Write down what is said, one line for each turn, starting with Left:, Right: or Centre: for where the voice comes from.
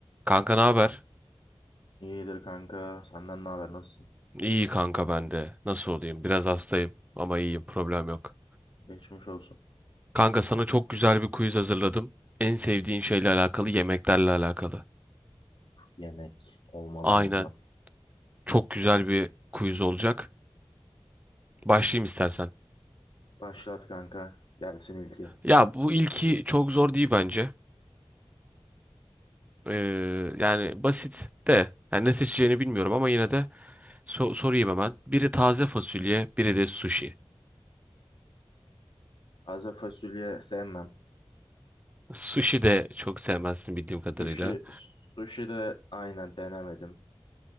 Right: Kanka ne haber?
Left: İyidir kanka. Senden ne haber? Nasılsın?
Right: İyi kanka ben de. Nasıl olayım? Biraz hastayım ama iyiyim. Problem yok.
Left: Geçmiş olsun.
Right: Kanka sana çok güzel bir quiz hazırladım. En sevdiğin şeyle alakalı, yemeklerle alakalı.
Left: Yemek olmadan
Right: Aynen.
Left: olmaz.
Right: Çok güzel bir quiz olacak. Başlayayım istersen.
Left: Başlat kanka. Gelsin ilki.
Right: Ya bu ilki çok zor değil bence. Ee, yani basit de. Yani ne seçeceğini bilmiyorum ama yine de so- sorayım hemen. Biri taze fasulye, biri de sushi.
Left: Taze fasulye sevmem.
Right: Sushi de çok sevmezsin bildiğim kadarıyla.
Left: Sushi, sushi de aynen denemedim.